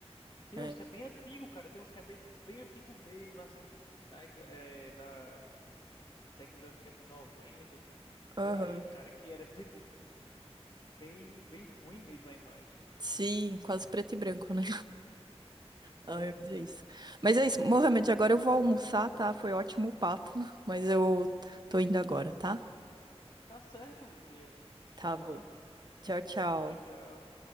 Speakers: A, on the left; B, on the right.
A: Tem
B: É.
A: uns que é bem antigo, cara. Tem uns que é bem, tipo, bem antigo mesmo, assim, tipo, da, éca- é, da década, acho que é de 90,
B: Aham.
A: por aí, cara, que era, <laughs> tipo, bem, bem ruim mesmo a imagem,
B: Sim, quase preto e branco, né? Ai,
A: né?
B: mas é isso. Mas é isso, Mohamed, agora eu vou almoçar, tá? Foi ótimo o papo, <laughs> mas eu tô indo agora, tá?
A: Tá certo, Juliana.
B: Tá
A: Vai
B: bom.
A: lá.
B: Tchau, tchau.
A: Tchau, tchau.